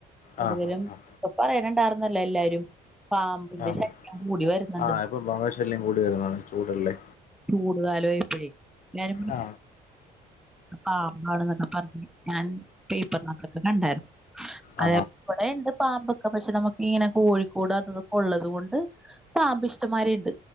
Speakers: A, in the centre; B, on the left.
A: കൂടുതലും
B: ആ ആ ആ
A: ഇപ്പൊ പറയണണ്ടർന്നല്ല എല്ലാരും. പാമ്പിന്റെ
B: ആഹ്
A: ശല്യം കൂടി വരുന്നുണ്ട്
B: ആഹ് ഇപ്പം പാമ്പ് ശല്യം കൂടി വരുന്നാണ് ചൂടല്ലേ.
A: ചൂടുകാലമായിപ്പോഴേ ഞാന
B: ആ
A: പാമ്പാണ് ന്നൊക്കെ പറഞ്ഞ് ഞാൻ പേപ്പറിനക്കൊക്കെ കണ്ടായിരുന്നു. അതെ
B: ആ
A: ഇവിടെ ഉണ്ട് പാമ്പൊക്കെ പക്ഷെ നമുക്ക് ഇങ്ങനെ കോഴിക്കൂട അതുതൊക്കെ ഉള്ളത് കൊണ്ട് പാമ്പ് ഇഷ്ടമാരിണ്ട്